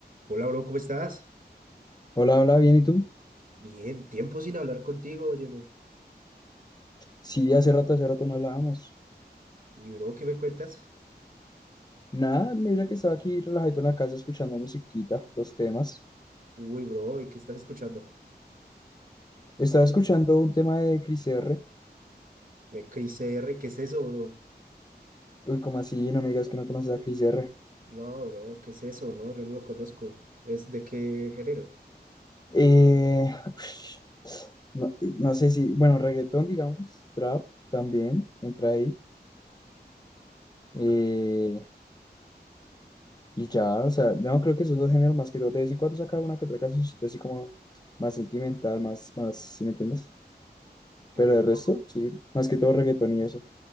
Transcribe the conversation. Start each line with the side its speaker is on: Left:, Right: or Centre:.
Right: Hola, bro, ¿cómo estás?
Left: Hola, hola, bien, ¿y tú?
Right: Bien, tiempo sin hablar contigo, óyeme.
Left: Sí, hace rato, hace rato no hablábamos.
Right: Y, bro, ¿qué me cuentas?
Left: Nada, mira que estaba aquí relajadito en la casa escuchando musiquita, los temas.
Right: Uy, bro, ¿y qué estás escuchando?
Left: Estaba escuchando un tema de Cris R.
Right: De Chris R, ¿qué es eso, bro?
Left: Uy, como así? No me digas que no conoces a Cris R.
Right: No, bro, ¿qué es eso? No, yo no lo conozco. ¿Es de qué género?
Left: Eh, <sighs> no, no sé si, bueno, reggaetón, digamos, trap también, entra ahí.
Right: Ok,
Left: Eh, y ya, o sea, no, creo que esos dos géneros más que todo, de vez en cuando saca una que otra cancioncita así como más sentimental, más, más, ¿sí me entiendes?
Right: regga-
Left: Pero el resto, sí, más que todo reggaetón y eso.